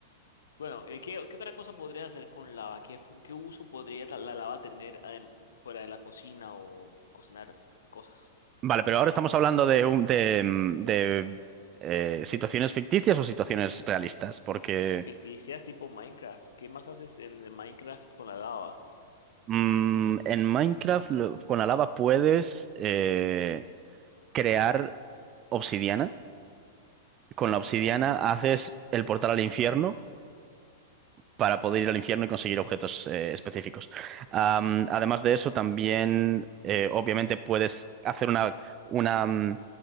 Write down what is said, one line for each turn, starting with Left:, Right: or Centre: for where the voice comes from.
Left: Bueno, eh, ¿qué, qué otra cosa podría hacer con lava? ¿Qué, fu- qué uso podría ta- la lava tener adem- fuera de la cocina o cocinar cosas?
Right: Vale, pero ahora estamos hablando de, un- de, mm, de, eh, situaciones ficticias o situaciones realistas, porque
Left: Ficticias tipo Minecraft. ¿Qué más haces en el Minecraft con la lava?
Right: mm, en Minecraft lo- con la lava puedes eh, crear obsidiana. Con la obsidiana
Left: Ujú.
Right: haces el portal al infierno para poder ir al infierno y conseguir objetos eh, específicos. Am, además de eso, también eh, obviamente puedes hacer una, una, mm,